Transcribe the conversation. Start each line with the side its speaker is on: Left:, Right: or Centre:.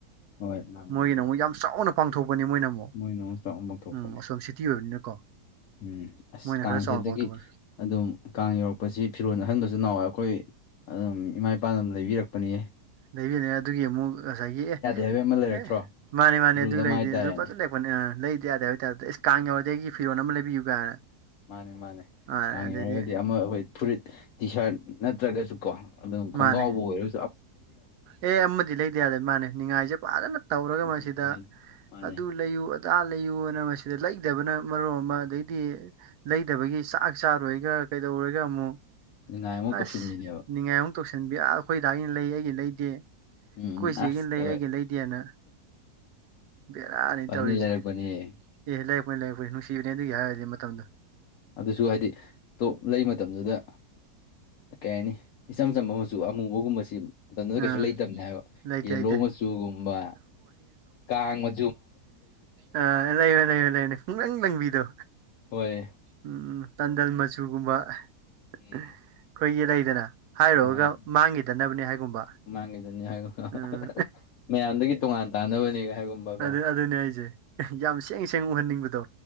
Left: ꯍꯣꯏ ꯃꯥꯅꯤ
Right: ꯃꯣꯏꯒꯤꯅ
Left: ꯃꯥꯅꯤ
Right: ꯑꯃꯨꯛ ꯌꯥꯝ ꯆꯥꯎꯅ ꯄꯥꯡꯊꯣꯛꯄꯅꯤ ꯃꯣꯏꯅ ꯑꯃꯨꯛ
Left: ꯃꯣꯏꯅ ꯆꯥꯎꯅ ꯄꯥꯡꯊꯣꯛꯄꯅꯦ
Right: ꯎꯝ ꯑꯁꯣꯝ ꯁꯤꯇꯤ ꯑꯣꯏꯕꯅꯤꯅꯀꯣ
Left: ꯎꯝ ꯑꯁ
Right: ꯃꯣꯏꯅ
Left: ꯀꯥꯡꯁꯤ
Right: ꯈꯔ ꯆꯥꯎꯅ
Left: ꯍꯟꯗꯛꯀꯤ
Right: ꯄꯥꯡꯊꯣꯛꯄꯅꯦ
Left: ꯑꯗꯨꯝ ꯀꯥꯡ ꯌꯧꯔꯛꯄꯁꯤ ꯐꯤꯔꯣꯜ ꯑꯍꯟꯕꯁꯨ ꯅꯥꯍꯋꯥꯢ ꯑꯩꯈꯣꯏ ꯑꯗꯨꯝ ꯏꯃꯥ ꯏꯄꯥꯅ ꯑꯗꯨꯝ ꯂꯩꯕꯤꯔꯛ ꯄꯅꯤ
Right: ꯂꯩꯕꯤꯔꯛꯑꯦ ꯑꯗꯨꯒꯤ ꯑꯃꯨꯛ ꯉꯁꯥꯏꯒꯤ ꯑꯦ
Left: ꯍꯥꯏꯕ ꯑꯃ ꯂꯩꯔꯛꯇ꯭ꯔꯣ
Right: ꯑꯦ ꯃꯥꯅꯦ ꯃꯥꯅꯦ
Left: ꯔꯨꯜ
Right: ꯑꯗꯨ
Left: ꯑꯃ
Right: ꯂꯩꯗꯤ
Left: ꯍꯥꯏꯇꯥꯔꯦꯅꯦ
Right: ꯑꯗꯨ ꯐꯖꯅ ꯂꯩꯗ ꯌꯥꯗꯦ ꯍꯥꯏꯕꯩ ꯇꯥꯏꯞꯇ ꯑꯩꯁ ꯀꯥꯡ ꯌꯧꯔꯗꯤ ꯑꯩꯒꯤ ꯐꯤꯔꯣꯟ ꯑꯃ ꯂꯩꯕꯤꯌꯨ ꯀꯥꯏꯅ
Left: ꯃꯥꯅꯦ ꯃꯥꯅꯦ
Right: ꯑ
Left: ꯀꯥꯡ
Right: ꯑꯗꯩꯗꯤ
Left: ꯌꯧꯔꯒꯗꯤ ꯑꯃ ꯑꯩꯈꯣꯏ ꯐꯨꯔꯤꯠ ꯇꯤ ꯁꯥꯔꯠ ꯅꯠꯇ꯭ꯔꯒꯁꯨ ꯀꯣ ꯑꯗꯨꯝ ꯈꯣꯡꯒꯥꯎꯕꯨ
Right: ꯃꯥꯅꯦ
Left: ꯑꯣꯏꯔꯣ
Right: ꯑꯦ ꯑꯃꯗꯤ ꯂꯩꯗ ꯌꯥꯗꯦ ꯃꯥꯅꯦ ꯅꯤꯉꯥꯏꯁꯦ ꯐꯖꯅ ꯇꯧꯔꯒ
Left: ꯎꯝ
Right: ꯃꯁꯤꯗ
Left: ꯍꯥꯏ ꯃꯥꯅꯦ
Right: ꯑꯗꯨ ꯂꯩꯌꯨ ꯑꯗꯥ ꯂꯩꯌꯨꯅ ꯃꯁꯤꯗ ꯂꯩꯗꯕꯅ ꯃꯔꯣꯟ ꯑꯃ ꯑꯗꯩꯗꯤ ꯂꯩꯗꯕꯒꯤ ꯆꯥꯛ ꯆꯥꯔꯣꯏꯒ ꯀꯩꯗꯧꯔꯒ ꯑꯃꯨꯛ
Left: ꯅꯤꯡꯉꯥꯏ ꯑꯃꯨꯛ ꯇꯧꯁꯤꯟꯕꯤꯅꯦꯕ
Right: ꯑꯁ ꯅꯤꯡꯉꯥꯏ ꯑꯃꯨꯛ ꯇꯧꯁꯟꯕꯤ ꯑꯩꯈꯣꯏꯗꯥꯥꯒꯤꯅ ꯂꯩ ꯑꯩꯒꯤꯅꯥ ꯂꯩꯗꯦ
Left: ꯎꯝ
Right: ꯑꯈꯣꯢ
Left: ꯎꯝ
Right: ꯆꯦꯒꯤꯅ
Left: ꯑꯁ
Right: ꯂꯩ ꯑꯩꯒꯤꯅꯥ
Left: ꯍꯣꯏ
Right: ꯂꯩꯗꯦꯅ ꯕꯦꯔꯥꯅꯤ
Left: ꯐꯅꯤ
Right: ꯇꯧꯔꯤꯁꯦ
Left: ꯂꯩꯔꯛꯄꯅꯤꯍꯦ
Right: ꯑꯦ ꯂꯩꯔꯛꯄꯅꯤ ꯂꯩꯔꯛꯄꯅꯤ ꯅꯨꯡꯁꯤꯕꯅꯦ ꯑꯗꯨꯒꯤ ꯍꯥꯏꯔꯨꯔꯥꯗꯤ ꯃꯇꯝꯗꯣ
Left: ꯑꯗꯨꯁꯨ ꯍꯥꯏꯗꯤ ꯇꯣꯞ ꯂꯩ ꯃꯇꯝꯗꯨꯗ ꯀꯩ ꯍꯥꯏꯅꯤ ꯏꯆꯝ ꯆꯝꯕ ꯃꯆꯨ ꯑꯃꯨꯕꯒꯨꯝꯕꯁꯤ ꯃꯇꯝꯗꯨꯗ ꯀꯩꯁꯨ
Right: ꯑꯥ
Left: ꯂꯩꯇꯝꯅꯦ ꯍꯥꯏꯕ
Right: ꯂꯩꯇꯦ
Left: ꯌꯦꯜꯂꯣ
Right: ꯂꯩꯇꯦ
Left: ꯃꯆꯨꯒꯨꯝꯕ ꯀꯥꯡ ꯃ
Right: ꯑ ꯂꯩꯕꯅꯤ ꯂꯩꯕꯅꯦ ꯂꯩꯕꯥꯅꯦ ꯄꯨꯡꯂꯪ ꯂꯪꯕꯤꯗꯣ
Left: ꯍꯣꯏ
Right: ꯎꯝ ꯇꯟꯗꯜ ꯃꯆꯨꯒꯨꯝꯕ
Left: ꯎꯝ
Right: ꯑꯈꯣꯏꯒꯤ ꯂꯩꯗꯅ ꯍꯥꯏꯔꯨꯔꯒ
Left: ꯃꯥꯅꯦ
Right: ꯃꯥꯡꯒꯤꯗꯅꯕꯅꯦ ꯍꯥꯏꯒꯨꯝꯕ
Left: ꯃꯥꯡꯉꯤꯗꯨꯅꯤ ꯍꯥꯏꯕꯒꯨꯝꯕꯥꯀꯣ
Right: ꯎꯝ
Left: ꯃꯌꯥꯝꯗꯒꯤ ꯇꯣꯉꯥꯟ ꯇꯥꯟꯅꯕꯅꯦ ꯍꯥꯏꯒꯨꯝꯕ
Right: ꯑꯗꯨ
Left: ꯀꯣ
Right: ꯑꯗꯨꯅꯦ ꯍꯥꯏꯖꯦ ꯌꯥꯝ ꯁꯦꯡ ꯁꯦꯡ ꯎꯍꯟꯅꯤꯡꯕꯗꯣ